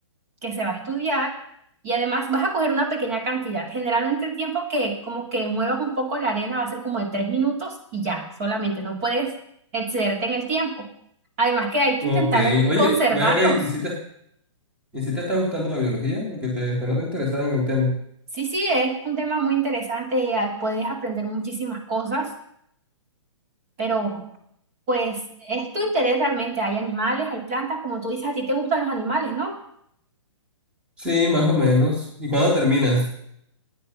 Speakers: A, on the right; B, in the centre.
A: que se va a estudiar y además vas a coger una pequeña cantidad. Generalmente el tiempo que como que muevas un poco la arena va a ser como de tres minutos y ya, solamente no puedes excederte en el tiempo. Además que hay que
B: Ok,
A: intentar
B: oye,
A: conservarlos.
B: ven acá y y si te, y si te está gustando la biología, porque te, te noto interesada en el tema.
A: Sí, sí, es un tema muy interesante, ah, puedes aprender muchísimas cosas, pero pues es tu interés realmente, hay animales, hay plantas, como tú dices, a ti te gustan los animales, ¿no?
B: Sí, más o menos. ¿Y cuándo terminas?